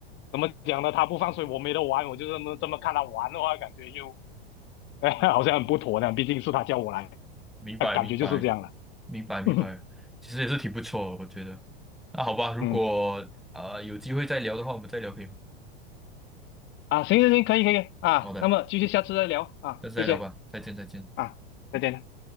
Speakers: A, on the left; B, in the centre.
A: 怎么讲呢？他不放水，我没得玩，我就这么这么看他玩的话，感觉又、<laughs> 好像很不妥呢。毕竟是他叫我来，
B: 明白明白。
A: 感觉就是这样了。
B: 明白明白，
A: <laughs>
B: 其实也是挺不错的，我觉得。那好吧，如果啊、
A: 嗯
B: 呃有机会再聊的话，我们再聊可以吗？
A: 啊，行行行，可以可以啊，
B: 好的，
A: 那么继续下次再聊啊，
B: 下次再聊吧，
A: 谢谢
B: 再见再见。
A: 啊，再见。